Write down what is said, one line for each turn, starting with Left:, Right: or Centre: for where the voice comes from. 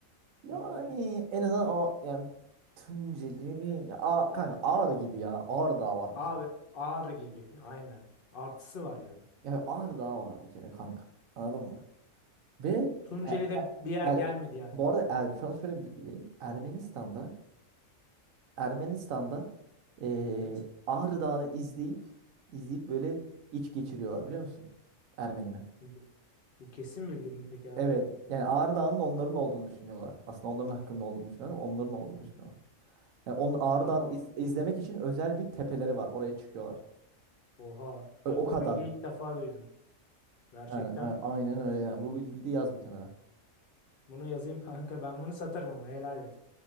Right: Yani
Left: Hmm,
Right: en azından A- yani Tunceli mi? Ya, A- kanka Ağrı gibi ya. Ağrı Dağı var bir
Left: abi
Right: kere.
Left: Ağrı gibi aynen. Artısı var yani.
Right: Ya Ağrı Dağı var bir kere kanka. Anladın mı? Ve
Left: Tunceli'de
Right: er, er-
Left: bir yer gelmedi
Right: er-
Left: yani
Right: bu
Left: aklıma.
Right: arada er, şu an şöyle bir bilgi vereyim. Ermenistan'da Ermenistan'da eee
Left: Evet.
Right: Ağrı Dağı'nı izleyip izleyip böyle iç geçiriyorlar biliyor musun? Ermeniler.
Left: Bu, bu kesin bilgi mi peki abi?
Right: Evet. Yani Ağrı Dağı'nın onların olduğunu düşünüyorlar. Aslında onların hakkında olduğunu düşünüyorlar. Onların olduğunu
Left: Hmm.
Right: düşünüyorlar. Yani onun Ağrı
Left: Abi
Right: Dağı'nı iz- izlemek için özel bir tepeleri var. Oraya çıkıyorlar.
Left: Oha.
Right: O,
Left: Bak
Right: o kadar.
Left: bu bilgiyi ilk defa duydum. Gerçekten.
Right: Yani a- aynen öyle yani. Bu bilgiyi de yaz bir kenara.
Left: Bunu yazayım <laughs> kanka. Ben bunu satarım ama helal et.